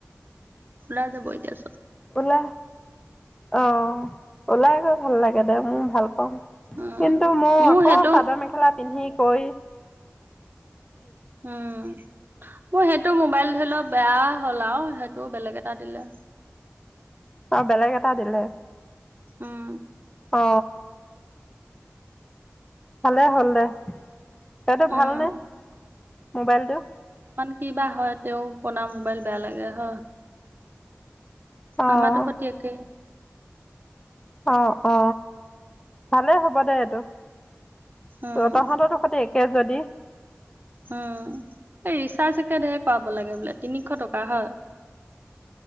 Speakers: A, on the right; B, on the left.
A: ওলাই যাব এতিয়াা
B: ল অ ওলাই গৈ ভাল লাগে দে মোৰ ভাল
A: উম।
B: কিন্তু মোক
A: মোৰ
B: আকৌ
A: সেইটো,
B: চাদৰ মেখেলা পিন্ধি কৈ
A: উম মোৰ সেইটো মোবাইল ধৰি লওক বেয়া হ'ল আৰু সেইটো বেলেগ এটা দিলে।
B: অ', বেলেগ এটা দিলে।
A: উম,
B: অ, ভালে হ'ল দে। সাতটো
A: উম,
B: ভালনে মোবাইলটো।
A: ক বা হয়, তেও পনা মোবাইল বেয়া লাগে হ
B: অ'
A: আমাটো সতে একে
B: অ-অ ভালেই হ'ব দে এইটো ত,
A: উম।
B: তহতৰো সৈতে একে যদি
A: উম, এই ৰিচাৰ্জ একে ধেৰ কৰাব লাগে বোলে। তিনিশ টকা হয়?